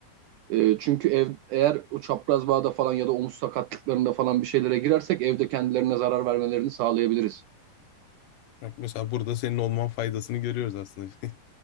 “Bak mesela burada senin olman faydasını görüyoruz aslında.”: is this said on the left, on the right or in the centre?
Left